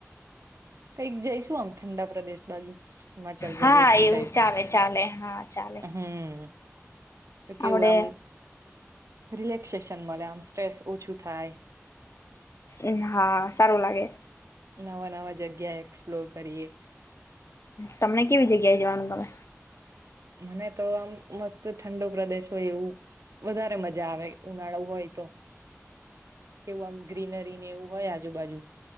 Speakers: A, on the right (about 75°); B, on the left (about 65°).
A: કઈક જઈશું આમ ઠંડા પ્રદેશ બાજુ. હિમાચલ પ્રદેશ
B: હા
A: એ
B: એવું
A: ટાઈપ
B: ચાલે ચાલે હા ચાલે.
A: હમ
B: આપડે
A: તો કેવું આમ રિલેક્સેશન મળે આમ સ્ટ્રેસ ઓછું થાય.
B: અમ હા સારું લાગે.
A: નવા-નવા જગ્યા એક્સપ્લોર કરીએ
B: તમને કેવી જગ્યાએ જવાનું ગમે?
A: મને તો આમ મસ્ત ઠંડો પ્રદેશ હોય એવું વધારે મજા આવે ઉનાળો હોય તો કેવું આમ ગ્રીનરીને એવું હોય આજ જુબાજુ